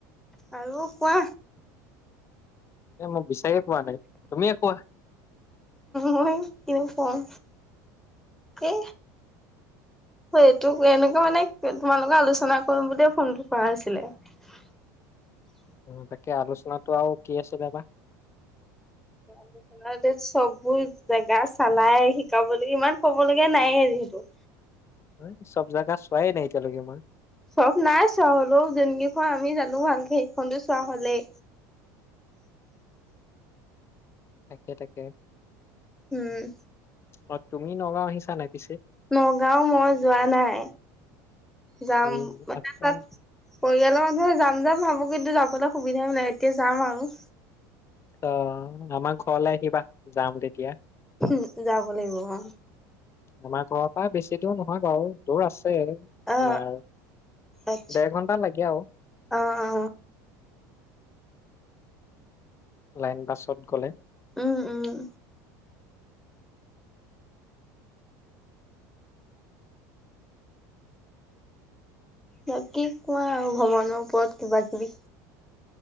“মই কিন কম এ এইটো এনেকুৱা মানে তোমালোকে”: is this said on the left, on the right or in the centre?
Centre